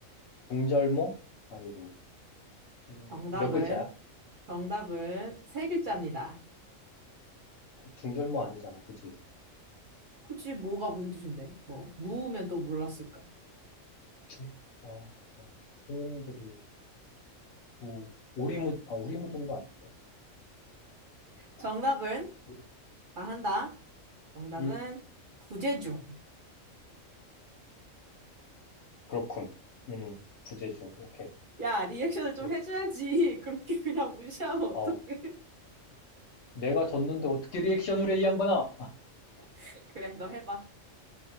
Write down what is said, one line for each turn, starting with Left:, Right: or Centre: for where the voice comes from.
Left: 중절모? 아니고. 음,
Right: 정답은,
Left: 몇 글자야?
Right: 정답은 세 글자입니다.
Left: 중절모 아니잖아, 그치?
Right: 굳이 뭐가 무슨 뜻인데? 뭐, 무우면 또 몰랐을까?
Left: 중, 아, 그래. 스님들이, 뭐, 오리무, 아, 오리무중도 아닌데? 뭔가.
Right: 정답은
Left: 음
Right: 말한다. 정답은
Left: 음.
Right: 부재중.
Left: 그렇군. 음, 부재중. 오케이.
Right: 야, 리액션을 좀
Left: 그렇군.
Right: 해줘야지. <laughs> 그렇게 그냥 무시하면 어떡해.
Left: 어, 내가 졌는데 어떻게 리액션을 해, 이 양반아?
Right: <laughs> 그래, 너 해봐.